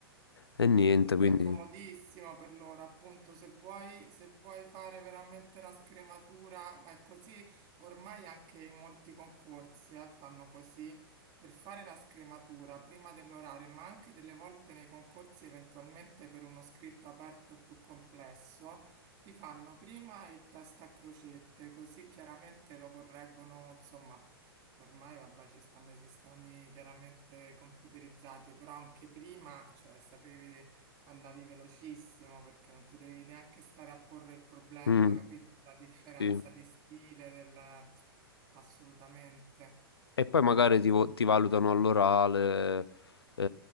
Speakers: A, on the left; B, on the right.
A: e niente,
B: Secondo me
A: quindi...
B: è comodissimo per loro, appunto, se vuoi, se vuoi fare veramente la scrematura, ma è così, ormai anche in molti concorsi, eh, fanno così, per fare la scrematura prima dell'orario, ma anche delle volte nei concorsi eventualmente per uno scritto aperto più complesso, ti fanno prima il test a crocette, così chiaramente lo correggono, insomma. Ormai, vabbè, ci stanno i sistemi chiaramente computerizzati, però anche prima, cioè, sapevi andavi velocissimo perché non ti dovevi neanche stare a porre il problema,
A: Mm,
B: capito? La differenza
A: sì.
B: di stile, del... assolutamente.
A: E poi magari ti, vo- ti valutano all'orale eh,